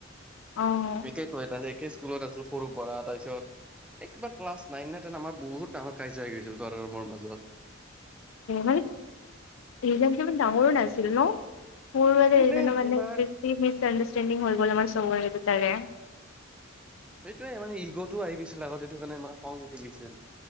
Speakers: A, on the left; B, in the centre.
A: অ',
B: একে কয় ডাইৰেক্ট। একে স্কুলত আছো সৰু পৰা তাৰপিছত। এই কিবা ক্লাছ নাইন নে টেন আমাৰ বহুত ডাঙৰ কাজিয়া হৈ গৈছিল তাৰ আৰু মোৰ মাজত।
A: মানে ৰিজন টো ইমান ডাঙৰো নাছিল ন' মোৰ মানে
B: এনে
A: সেইদিনা
B: কিবা
A: মানে বেছি মিছ আণ্ডাৰষ্টেণ্ডিং হৈ গ'ল আমাৰ চবৰে দুইটাৰে।
B: সেইটোয়ে মানে ইগটোও আহি গৈছিল আগত এইটো কাৰণে আমাৰ খং উঠি গৈছিল।